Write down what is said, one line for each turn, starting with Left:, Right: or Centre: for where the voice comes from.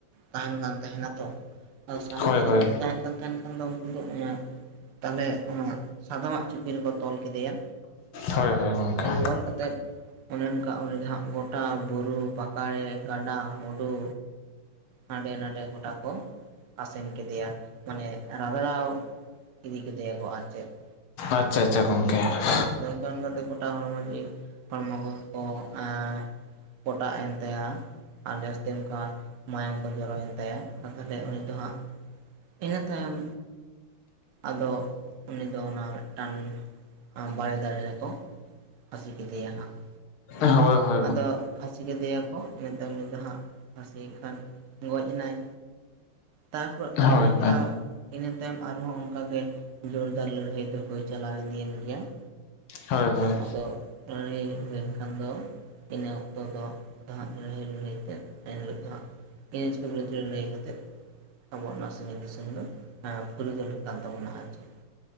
Right: ᱛᱟᱦᱮᱱ ᱠᱟᱱ ᱛᱟᱦᱮᱱᱟ ᱛᱚ ᱾ ᱟᱫᱚ ᱥᱟᱦᱮᱵ
Left: ᱦᱳᱭ
Right: ᱥᱟᱫᱚᱢ
Left: ᱦᱳᱭ
Right: ᱠᱚ ᱛᱟᱦᱮᱱ ᱠᱟᱱ ᱛᱟᱦᱮᱱ ᱠᱷᱟᱱ ᱫᱚ ᱩᱱᱠᱩ ᱫᱚ ᱚᱱᱟᱜᱼᱼ ᱛᱟᱦᱚᱞᱮ ᱚᱱᱟ ᱥᱟᱫᱚᱢᱟᱜ ᱪᱩᱯᱤ ᱨᱮᱠᱚ ᱛᱚᱞ ᱠᱮᱫᱮᱭᱟᱼᱼ
Left: ᱦᱳᱭ ᱦᱳᱭ ᱜᱚᱢᱠᱮ
Right: ᱟᱫᱚ ᱛᱚᱞ ᱠᱟᱛᱮᱫᱼᱼ ᱚᱱᱮ ᱚᱱᱠᱟ ᱩᱱᱤᱫᱚ ᱦᱟᱜ ᱜᱚᱴᱟ ᱵᱩᱨᱩ ᱯᱟᱠᱟᱲᱮ ᱜᱟᱰᱟ ᱢᱩᱰᱩᱼᱼ ᱦᱟᱸᱰᱮ ᱱᱟᱰᱮ ᱜᱚᱴᱟ ᱠᱚ ᱟᱥᱮᱱ ᱠᱮᱫᱮᱭᱟ ᱢᱟᱱᱮ ᱨᱟᱫᱲᱟᱣᱼᱼ ᱤᱫᱤ ᱠᱮᱫᱮᱭᱟ ᱠᱚ ᱟᱨ ᱪᱮᱫ ᱾
Left: ᱟᱪᱪᱷᱟ ᱟᱪᱪᱷᱟ ᱜᱚᱝᱠᱮ ᱾
Right: ᱟᱫᱚ ᱚᱱᱠᱟ ᱚᱱᱠᱟᱛᱮ ᱜᱚᱴᱟ ᱦᱚᱲᱢᱚ ᱡᱤᱣᱤ ᱦᱚᱲᱢᱚ ᱠᱚᱠᱚ ᱟᱸᱻ ᱯᱚᱴᱟᱜ ᱮᱱ ᱛᱟᱭᱟ ᱾ ᱟᱨ ᱡᱟᱹᱥᱛᱤ ᱚᱱᱠᱟ ᱢᱟᱭᱟᱝ ᱠᱚ ᱡᱚᱨᱚᱭᱮᱱ ᱛᱟᱭᱟ ᱟᱨ ᱛᱟᱦᱚᱞᱮ ᱩᱱᱤ ᱫᱚ ᱦᱟᱸᱜᱼᱼ ᱤᱱᱟᱹ ᱛᱟᱭᱚᱢ ᱟᱫᱚ ᱩᱱᱤ ᱫᱚ ᱚᱱᱟ ᱢᱤᱫ ᱴᱟᱝᱼᱼ ᱵᱟᱲᱮ ᱫᱟᱨᱮ ᱨᱮᱠᱚ ᱯᱟᱹᱥᱤ ᱠᱮᱫᱮᱭᱟ ᱦᱟᱸᱜ ᱾
Left: ᱦᱚᱭ ᱦᱚᱭ ᱾
Right: ᱟᱫᱚ ᱯᱷᱟᱥᱤ ᱠᱮᱫᱮᱭᱟ ᱠᱚ ᱤᱱᱟᱹ ᱛᱟᱭᱚᱢ ᱩᱱᱤ ᱫᱚ ᱦᱟᱸᱜᱼᱼ ᱯᱷᱟᱥᱤᱭᱮᱱ ᱠᱷᱟᱱ ᱜᱚᱡ ᱮᱱᱟᱭ, ᱛᱟᱨᱯᱚᱨ ᱚᱱᱮ
Left: ᱦᱳᱭ
Right: ᱚᱱᱠᱟᱼᱼ
Left: ᱦᱳᱭ
Right: ᱤᱱᱟᱹ ᱛᱟᱭᱚᱢ ᱟᱨᱦᱚᱸ ᱚᱱᱠᱟ ᱜᱮ ᱡᱳᱨᱫᱟᱨ ᱞᱟᱹᱲᱦᱟᱹᱭ ᱫᱚ ᱠᱚ ᱪᱟᱞᱟᱣ ᱤᱫᱤᱭᱮᱱ ᱜᱮᱭᱟ ᱾
Left: ᱦᱳᱭ ᱦᱳᱭ
Right: ᱟᱫᱚ ᱞᱟᱹᱲᱦᱟᱹᱭ ᱦᱩᱭ ᱮᱱ ᱠᱷᱟᱱ ᱫᱚᱼᱼ ᱤᱱᱟᱹ ᱚᱠᱛᱚ ᱫᱚ, ᱫᱚ ᱦᱟᱸᱜ ᱞᱟᱹᱲᱦᱟᱹᱭ ᱞᱟᱹᱲᱦᱟᱹᱭ ᱛᱮ ᱮᱱ ᱦᱤᱞᱳᱜ ᱫᱚ ᱦᱟᱸᱜᱼᱼ ᱤᱸᱝᱨᱮᱡᱽ ᱠᱚ ᱵᱤᱨᱩᱫ ᱨᱮ ᱞᱟᱹᱲᱦᱟᱹᱭ ᱠᱟᱛᱮᱫᱼᱼ ᱟᱵᱚᱣᱟᱜ ᱱᱚᱣᱟ ᱥᱤᱧᱚᱛ ᱫᱤᱥᱚᱢ ᱫᱚ ᱯᱷᱩᱨᱜᱟᱹᱞᱚᱜ ᱠᱟᱱ ᱛᱟᱵᱚᱱᱟ ᱟᱨ ᱪᱮᱫ ᱾